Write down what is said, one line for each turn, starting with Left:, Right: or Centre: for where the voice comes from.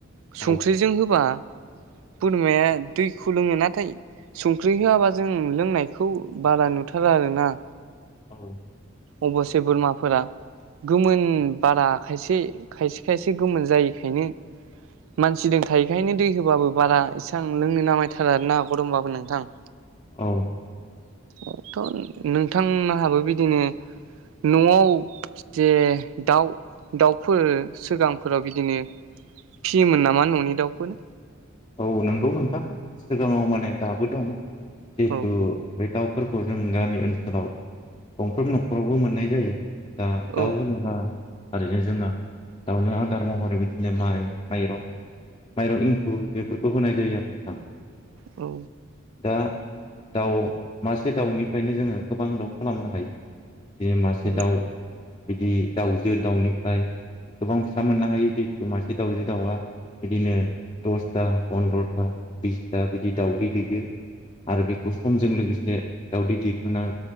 Right: संख्रिजों
Left: औ
Right: होबा बोरमाया दैखौ लोङो नाथाय संख्रि होआबा जों लोंनायखौ बारा नुथारा आरो ना।
Left: औ
Right: अब'स्से बोरमाफोरा गोमोन बारा खायसे खायसे खायसे गोमोन जायैखायनो मानसिदों थायोखायनो दै होबाबो बारा इसां लोंनो नामायथारा आरना गरमबाबो नोंथां। <inaudible>
Left: औ
Right: अथ' नोंथां नाहाबो बिदिनो न'आव जे दाउ दाउफोर सोगांफोराव बिदिनो फियोमोन नामा न'नि दाउफोर?
Left: औ नोंगौ नोंथां। सिगाङाव माने दाबो दं जिहेथु
Right: औ
Left: बे दाउफोरखौ जों गामि ओनसोलाव गंफ्रोम न'खरावबो मोननाय जायो। दा
Right: औ
Left: दाउ होनोब्ला ओरैनो जोंना दाउनो आदार महरै बिदिनो माइ माइरं माइरं इं खुर बेफोरखौ होनाय जायो आरो नोंथां।
Right: औ
Left: दा दाउ मासे दाउनिफ्रायनो जोङो गोबां दाउ खालामनो हायो। दे मासे
Right: औ
Left: दाउ बिदि दाउजो दाउनिफ्राय गोबां फिसा मोननो हायो जिहेतु मासे दाउजो दाउआ बिदिनो दसथा पन्द्र'था बिसथा बिदि दाउदै दैयो। आरो बेखौ समजों लोगोसे दावदै दिखांना